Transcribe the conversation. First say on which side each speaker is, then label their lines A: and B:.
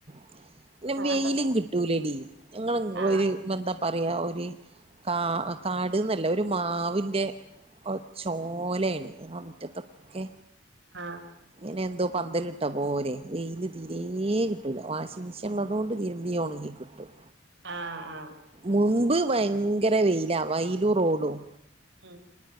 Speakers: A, on the right; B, on the right.
A: <inaudible> പിന്നെ
B: അങ്ങനത്തൊക്കെ
A: വെയിലും കിട്ടൂലടി ഞങ്ങ
B: ആ
A: ഒരു എന്താ പറയാ ഒരു കകാട്ന്നല്ല ഒരു മാവിന്റെ ചോലയാണ് മുറ്റത്തൊക്കെ
B: ആ
A: ഇങ്ങനെ എന്തോ പന്തലിട്ടാ പോരെ വെയില് തിരെ കിട്ടൂല വാഷിങ്മെഷീൻ ഉള്ളതുകൊണ്ട് തിരുമ്പിയ ഉണെങ്കിൽ കിട്ടും
B: ആ ആ
A: മുമ്പ് ഭയങ്കര വെയിലാ വൈലു റോഡും
B: ആ